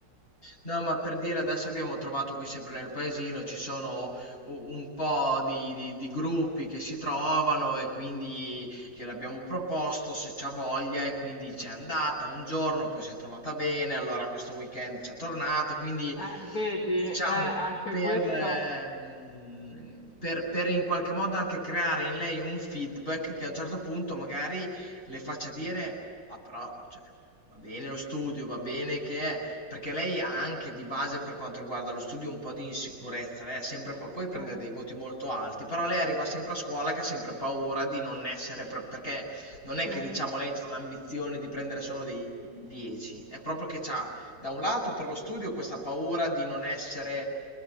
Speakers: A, on the left; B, on the left.
A: No, ma per dire adesso abbiamo trovato qui sempre nel paesino, ci sono u- un po' di, di- di gruppi che si trovano e quindi gliel'abbiamo proposto se c'ha voglia e quindi c'è andata un giorno, poi si è trovata bene, allora questo weekend c'è tornata, quindi
B: eh, vedi,
A: diciamo
B: eh, anche
A: per,
B: questo.
A: ehm, per, per in qualche modo anche creare in lei un feedback che a un certo punto magari le faccia dire, ah però, cioè, va bene lo studio, va bene che... è, perché lei ha anche di base per quanto riguarda lo studio un po' di insicurezza, lei ha sempre pa- poi
B: Sì,
A: prende dei voti molto alti, però lei arriva sempre a scuola che ha sempre paura di non essere, pre- perché non
B: sì,
A: è che diciamo lei ha l'ambizione di prendere solo dei 10, è proprio che ha da un lato per lo studio questa paura di non essere